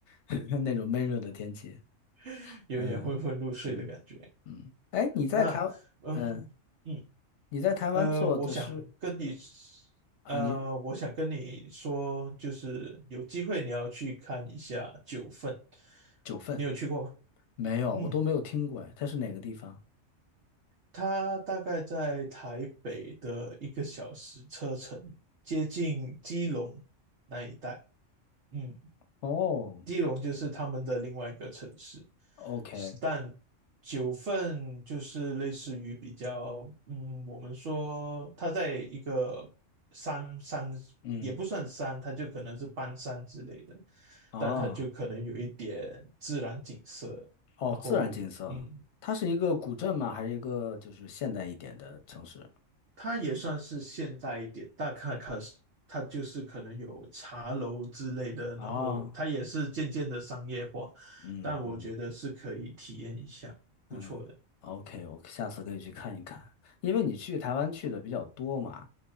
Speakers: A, on the left; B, on the right.
A: <laughs> 那种闷热的天气，
B: <laughs> 有点昏昏入睡的感觉。
A: 嗯嗯嗯，哎，你在台湾，
B: 那，嗯嗯。
A: 嗯，你在台湾做的是
B: 呃，我想跟你，
A: 啊，
B: 呃，
A: 你
B: 我想跟你说，就是有机会你要去看一下《九份》，
A: 九份
B: 你有去过吗？
A: 没有，
B: 嗯，
A: 我都没有听过，哎，它是哪个地方？
B: 它大概在台北的一个小时车程，接近基隆那一带。嗯。
A: 哦
B: 基隆就是他们的另外一个城市，
A: ，OK，
B: 但九份就是类似于比较，嗯，我们说它在一个山山，
A: 嗯，
B: 也不算山，它就可能是半山之类的，
A: 啊，
B: 但它就可能有一点自然景色，
A: 哦，
B: 然后嗯。
A: 自然景色，它是一个古镇吗？还是一个就是现代一点的城市？
B: 它也算是现代一点，大卡卡斯，它就是可能有茶楼之类的，
A: 啊，
B: 然后它也是渐渐的商业化，
A: 嗯嗯。
B: 但我觉得是可以体验一下，不错的。
A: 嗯，OK，我下次可以去看一看，因为你去台湾去的比较多嘛，